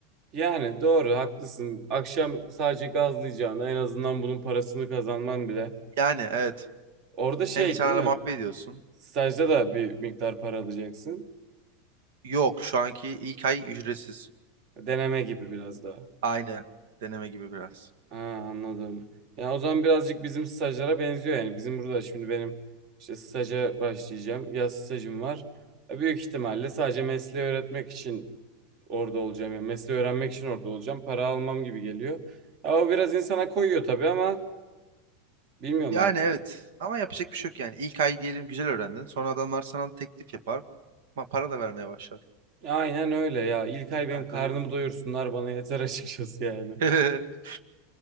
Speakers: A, on the right; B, on the right.
A: Yani doğru haklısın. Akşam sadece gazlayacağına en azından bunun parasını kazanman bile.
B: Yani evet
A: Orada şey
B: hem insanlarla
A: değil mi?
B: muhabbet ediyorsun.
A: Stajda da bir miktar para alacaksın.
B: Yok şu anki ilk ay ücretsiz.
A: Deneme gibi biraz daha.
B: Aynen deneme gibi biraz.
A: Ha, anladım. yani o zaman birazcık bizim stajlara benziyor yani. Bizim burada şimdi benim işte staja başlayacağım. Yaz stajım var. E, Büyük ihtimalle sadece mesleği öğretmek için orada olacağım. Yani mesleği öğrenmek için orada olacağım. Para almam gibi geliyor. Ya o biraz insana koyuyor tabii ama bilmiyorum
B: Yani
A: artık.
B: evet ama yapacak bir şey yok yani. İlk ay diyelim güzel öğrendin. Sonra adamlar sana teklif yapar. Ama para da vermeye başlar.
A: Aynen öyle ya. İlk ay benim
B: Ben
A: karnımı
B: de öyle bakıyorum.
A: doyursunlar bana yeter <laughs> açıkçası yani.
B: <laughs>